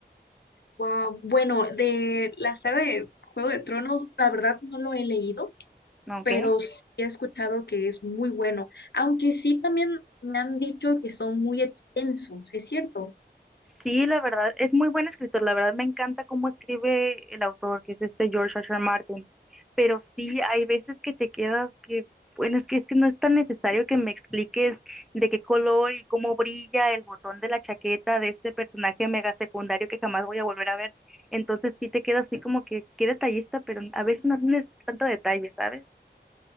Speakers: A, on the left; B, in the centre.
A: Wow, bueno, de la saga de Juego de Tronos, la verdad no lo he leído,
B: ¿no? ¿Ok?
A: pero sí he escuchado que es muy bueno, aunque sí también me han dicho que son muy extensos, ¿es cierto?
B: Sí, la verdad, es muy buen escritor. La verdad, me encanta cómo escribe el autor, que es este George R. R. Martin. Pero sí, hay veces que te quedas que, bueno, es que es que no es tan necesario que me expliques de qué color y cómo brilla el botón de la chaqueta de este personaje mega secundario que jamás voy a volver a ver. Entonces sí te queda así como que qué detallista, pero a veces no tienes tanto detalle, ¿sabes?